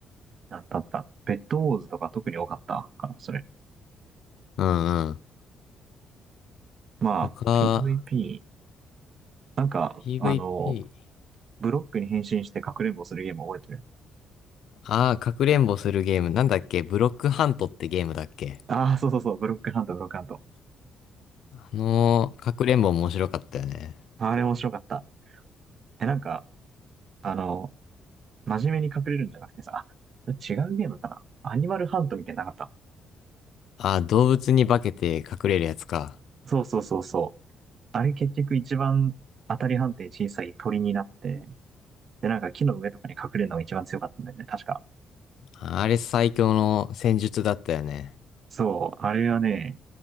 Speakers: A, on the right; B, on the left.
A: あったあった。ベッドウォーズとか特に多かったかな、それ。
B: うんうん。
A: まあ、
B: 他、
A: PVP、なんか、
B: PVP。
A: あの、ブロックに変身してかくれんぼするゲーム覚えてる
B: ああ、かくれんぼするゲーム。なんだっけブロックハントってゲームだっけ
A: ああー、そうそうそう、ブロックハント、ブロックハント。
B: あのー、かくれんぼ面白かったよね。
A: あれ面白かった。え、なんか、あの、真面目に隠れるんじゃなくてさ、あ、違うゲームかなアニマルハントみたいなのなかった
B: ああ、動物に化けて隠れるやつか。
A: そうそうそうそう。あれ結局一番当たり判定小さい鳥になって、で、なんか木の上とかに隠れるのが一番強かったんだよね、確か。
B: あれ最強の戦術だったよね。
A: そう、あれはね、